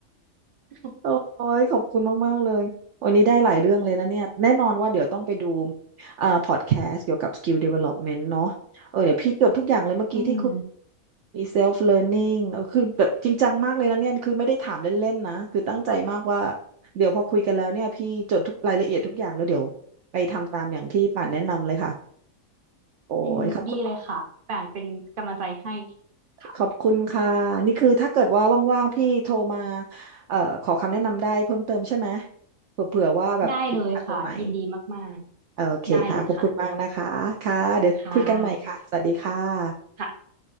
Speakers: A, on the right; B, on the right.
A: <laughs>
B: โอ้ยขอบคุณมากๆเลยวันนี้ได้หลายเรื่องเลยนะเนี่ยแน่นอนว่าเดี๋ยวต้องไปดูเอ่อพอดแคสต์เกี่ยวกับ Skill Development เนาะเออเดี๋ยวพี่จดทุกอย่างเลยเมื่อกี้ที่คุณ
A: อืม
B: มี self learning เออคือแบบจริงจังมากเลยนะเนี่ยคือไม่ได้ถามเล่นๆนะคือตั้งใจมากว่าเดี๋ยวพอคุยกันแล้วเนี่ยพี่จดทุกรายละเอียดทุกอย่างแล้วเดี๋ยวไปทำตามอย่างที่ป่านแนะนำเลยค่ะโอ้ยขอบคุณ
A: อืมดีเลยค่ะแป่นเป็นกำลังใจให้ค่ะ
B: ขอบคุณค่ะนี่คือถ้าเกิดว่าว่างๆพี่โทรมาเอ่อขอคำแนะนำได้เพิ่มเติมใช่ไหมเผื่อๆว่าแบบติดขัดตรงไหน
A: ได้เลยค่ะ ยินดีมากๆได้เลยค่ะ
B: โอเคค่ะขอบคุณมากนะคะค่ะเดี๋ยวคุยกันใหม่ค่ะสวัสดีค่ะ
A: ค่ะค่ะ